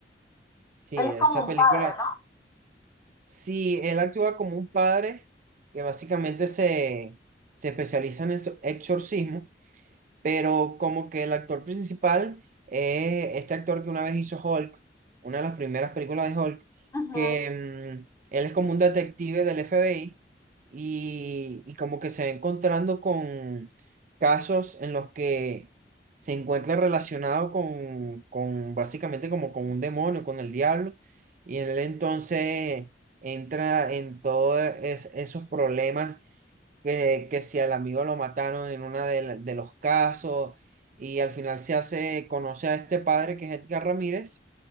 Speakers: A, on the right (about 45°); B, on the left (about 20°).
A: Sí,
B: Él es
A: esa
B: como
A: película.
B: un padre,
A: Sí, él actúa como un padre que básicamente se, se especializa en exorcismo pero como que el actor principal es este actor que una vez hizo Hulk, una de las primeras películas de Hulk,
B: ¿no?
A: que mm, él es como un detective del FBI y, y como que se va encontrando con casos en los que se encuentra relacionado con, con básicamente como con un demonio, con el diablo, y él entonces entra en todos es- esos problemas que, que si al amigo lo mataron en uno de, la- de los casos y al final se hace, conoce a este padre que es Edgar Ramírez,